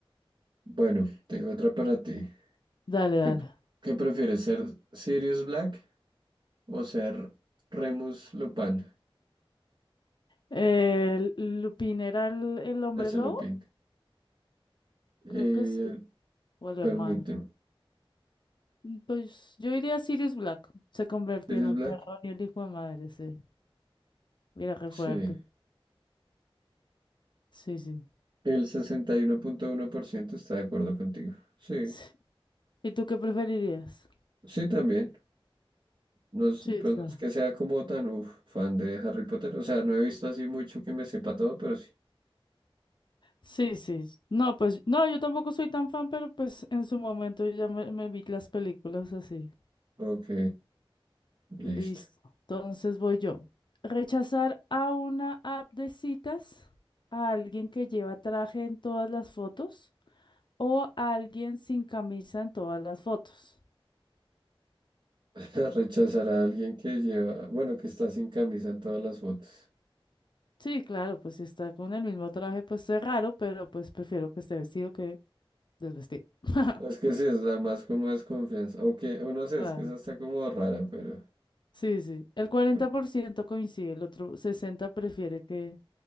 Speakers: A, on the right; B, on the left.
A: Bueno, tengo otra para ti.
B: Dale,
A: ¿Qué,
B: dale.
A: qué prefieres ser Sirius Black o ser Remus Lupin
B: Eh, Lupin era el, el hombre
A: de
B: lobo,
A: Lupin? Eh,
B: creo que sí, o el
A: permíteme.
B: hermano. Mm, Pues yo diría Sirius Black, se convertía
A: ¿Sirius
B: en un
A: Black?
B: perro y el hijo de madre, sí. Mira qué
A: Sí.
B: fuerte. Sí, sí.
A: El sesenta y uno uno punto uno por ciento está de acuerdo contigo. Sí,
B: Sí. ¿Y tú qué preferirías?
A: sí también. No es,
B: Sí,
A: pues
B: está.
A: no es que sea como tan uf, fan de Harry Potter. O sea, no he visto así mucho que me sepa todo, pero sí.
B: Sí, sí. sí. No, pues no, yo tampoco soy tan fan, pero pues en su momento ya me, me vi las películas así.
A: Ok, listo.
B: Listo. Entonces voy yo. Rechazar a una app de citas a alguien que lleva traje en todas las fotos. o alguien sin camisa en todas las fotos.
A: <laughs> Rechazar a alguien que lleva, bueno, que está sin camisa en todas las fotos.
B: Sí, claro, pues si está con el mismo traje, pues es raro, pero pues prefiero que esté vestido que desvestido. <laughs>
A: Pues Es que sí, es la más como desconfianza. O que, o no sé,
B: Claro.
A: es que esa está como rara, pero,
B: Sí, sí. El 40%
A: pero
B: coincide, el otro 60% prefiere que,